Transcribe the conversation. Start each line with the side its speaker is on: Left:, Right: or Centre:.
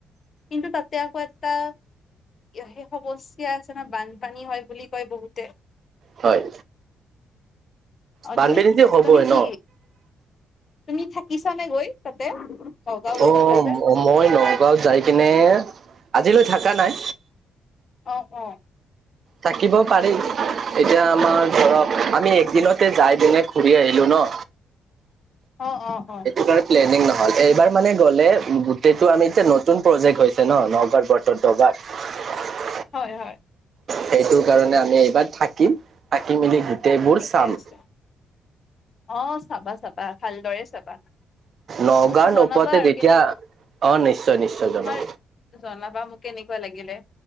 Left: কিন্তু তাতে আকৌ এটা। সেই সমস্যা আছে ন। বানপানী হয় বুলি কয় বহুত
Right: হয়।
Left: অ
Right: বানপীড়িত
Left: তুমি
Right: যে হ'বই
Left: তুমি কি
Right: ন!
Left: তুমি থাকিছ নে গৈ তাতে। নগাঁও গৈছিলা
Right: অ'
Left: যে
Right: মই নগাঁৱত যাই কিনে আজিলৈ থকা নাই।
Left: আহ অ'
Right: থাকিব পাৰি। এতিয়া আমাৰ ধ আমি একদিনতে যাই দিনে ঘুৰি আহিলো ন।
Left: <inaudible> অ অ
Right: এইটো কাৰণে প্লেনিং। নহ'ল এইবাৰ মানে গ'লে গোটেইটো আমি এতিয়া নতুন প্ৰজেক্ট হৈছে ন নগাঁৱ বৰ নগাঁত।
Left: হয় হয়।
Right: সেইটো কাৰণে আমি এইবাৰ থাকিম থাকি মেলি গোটেইবোৰ
Left: ঠিকে
Right: চাম।
Left: আছে অ' চাবা চাবা ভালদৰে চাবা।
Right: নগাঁও
Left: মোক জনাবা
Right: নোপোৱাতে
Left: আৰু
Right: যেতিয়া
Left: কেনেকে তোমাৰ
Right: অ নিশ্চয় নিশ্চয় জনাম
Left: জনাবা মোক। কেনেকুৱা লাগিলে?